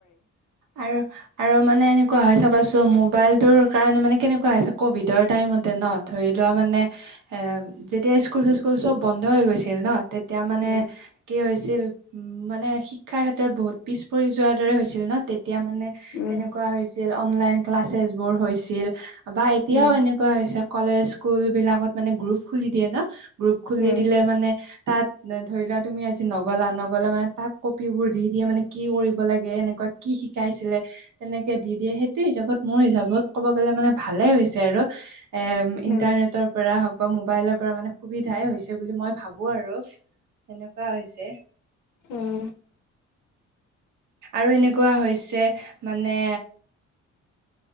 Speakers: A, on the right; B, on the left.
A: আৰু আৰু মানে এনেকুৱা হয় চাবাচোন, মোবাইলটোৰ কাৰণে মানে কেনেকুৱা হৈছে ক'ভিডৰ টাইমতে ন ধৰি লোৱা মানে, এ যেতিয়া স্কুল-চিস্কুল সব বন্ধ হৈ গৈছিল ন', তেত -তিয়া মানে
B: উম
A: কি হৈছিল উম মানে শি শিক্ষাৰ ক্ষেত্ৰত বহুত পিছপৰি যোৱাৰ দৰে হৈছিল ন', তেতিয়া মানে
B: উম
A: তেনেকুৱা
B: উম
A: হৈছি ছিল, অনলাইন ক্লাছেছবোৰ হৈছিল বা এতিয়াও
B: উম
A: এনেক কোৱা হৈছে, কলেজ, স্কুলবিলাকত মানে গ্ৰুপ খুলি দিয়ে ন', গ্ৰুপ খুলি
B: উম
A: দিলে মানে তাত ধৰি লোৱা, তুমি আজি নগ'লা, নগ'লা মানে তাত <unintelligible> বোৰ দি দিয়ে মানে কি কৰিব লাগে, এনেকুৱা কি শিকাইছিলে? তেনেকে দি দিয়ে, সেইটো হিচাপত মোৰ হিচাপত ক'ব গ'লে মানে ভালে হৈছে আৰু। এহ ইণ্টাৰনেটৰ
B: উম
A: পৰা হওক বা মোবাইলৰ পৰা মানে সুবিধাই হৈছে বুলি মই ভাবো আৰু, এনেকুৱা হৈছে।
B: উম।
A: আৰু এনেকুৱা হৈছে মানে